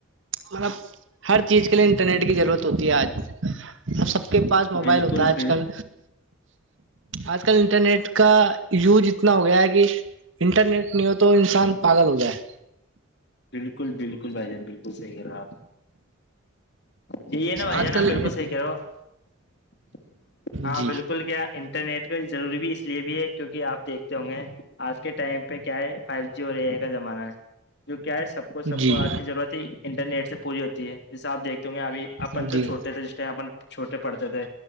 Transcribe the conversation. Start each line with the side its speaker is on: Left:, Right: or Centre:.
Right: مطلب ہر چیز کے لیے انٹرنیٹ کی ضرورت ہوتی ہے آج اب سب کے پاس موبائل
Left: بالکل
Right: ہوتا ہے آج
Left: بل
Right: کل آج کل انٹرنیٹ کا یوز اتنا ہو گیا ہے کہ انٹرنیٹ نہیں ہو تو انسان پاگل ہو جائے
Left: بالکل بالکل بھائی جان بالکل صحیح رہا آپ جی ہے نا بھائی
Right: آج
Left: جان
Right: کل
Left: آپ بالکل صحیح کہہ رہو ہو ہاں
Right: جی
Left: بالکل کیا انٹرنیٹ کا ضروری بھی اس لیے بھی ہے کیونکہ آپ دیکھتے ہوں گے آج کے ٹائم پہ کیا ہے فائیو جی ہو رہی ہے کا زمانہ ہے جو کیا ہے سب کو سب
Right: جی
Left: کو آج کی ضرورت ہی انٹرنیٹ سے پوری ہوتی ہے جیسے آپ دیکھتے ہو گے ابھی اپن
Right: جی
Left: تو چھوٹے تھے جس ٹائم اپن چھوٹے پڑھتے تھے